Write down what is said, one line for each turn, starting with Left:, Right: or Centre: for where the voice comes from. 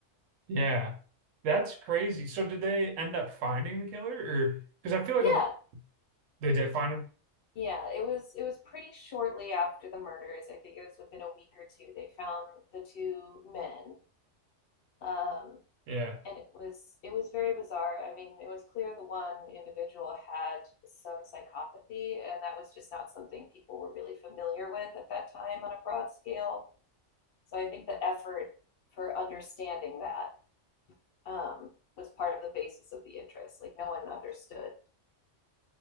Right: Yeah. That's crazy. So did they end up finding the killer or because I feel like
Left: Yeah,
Right: a, they did find him.
Left: yeah, it was it was pretty shortly after the murders. I think it was within a week or two they found the two men. Um,
Right: Yeah.
Left: and it was it was very bizarre. I mean, it was clear the one individual had some psychopathy, and that was just not something people were really familiar with at that time on a broad scale. So I think the effort for understanding that um, was part of the basis of the interest. Like no one understood.